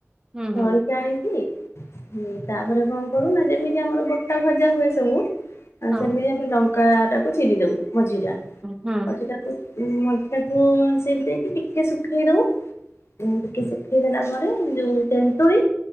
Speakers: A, on the right (about 15°); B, on the left (about 60°).
A: ହୁଁ ହୁଁ ହୁଁ
B: ତୋଳିକି ଆଣିକି ହୁଁ ତାପରେ କଣ କରୁନା ଯେମିତି ଆମର ଗୋଟା ଭଜା ହୁଏ ସବୁ
A: ହଁ
B: ସେମିତି ଆମେ ଲଙ୍କା ଟାକୁ ଚିରି ଦଉ ମଝି ଟା।
A: ହୁଁ
B: ମଝି ଟା ମଞ୍ଜି ଟାକୁ ସେମିତି ଦେଇକି ଟିକେ ଶୁଖେଇ ଦବୁ। ଟିକେ ଶୁଖେଇ ଦେଲା ପରେ ଯୋଉ ତେନ୍ତୁଳି